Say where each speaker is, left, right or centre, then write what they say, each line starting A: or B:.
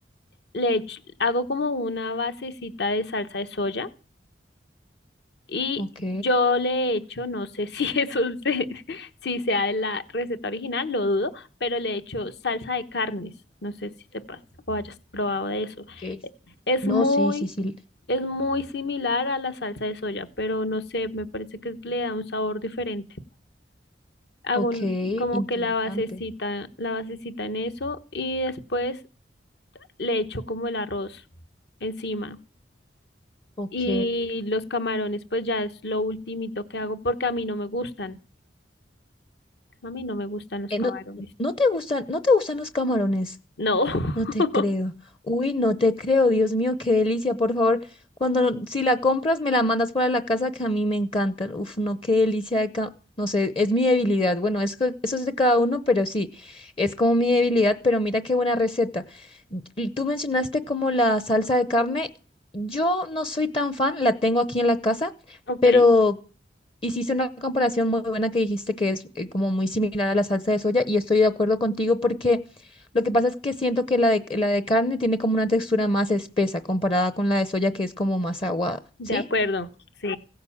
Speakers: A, on the left; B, on the left.
A: le ech- hago como una basecita de salsa de soya Y
B: Ok,
A: yo le he hecho, no sé si <laughs> eso se- si sea de la receta original, lo dudo, pero le he hecho salsa de carnes. No sé si sepas o hayas probado de eso.
B: ok.
A: Eh, Es
B: No,
A: muy,
B: sí, sí, sí.
A: es muy similar a la salsa de soya, pero no sé, me parece que le da un sabor diferente. Hago
B: Ok,
A: un- como
B: interesante.
A: que la basecita, la basecita en eso y después le echo como el arroz encima.
B: Ok,
A: Y los camarones, pues ya es lo ultimito que hago porque a mí no me gustan. A mí no me gustan los
B: Eh,
A: camarones.
B: no, no te gustan, no te gustan los camarones.
A: No.
B: No te
A: <laughs>
B: creo. Uy, no te creo, Dios mío, qué delicia. Por favor, cuando no- si la compras, me la mandas para la casa que a mí me encantan. Uf, no, qué delicia de ca- No sé, es mi debilidad. Bueno, es que eso es de cada uno, pero sí, es como mi debilidad, pero mira qué buena receta. Y Tú mencionaste como la salsa de carne. Yo no soy tan fan, la tengo aquí en la casa,
A: Ok,
B: pero Hiciste una comparación muy buena que dijiste que es eh, como muy similar a la salsa de soya y estoy de acuerdo contigo porque lo que pasa es que siento que la de, la de carne tiene como una textura más espesa comparada con la de soya que es como más aguada,
A: de
B: ¿sí?
A: acuerdo. Sí.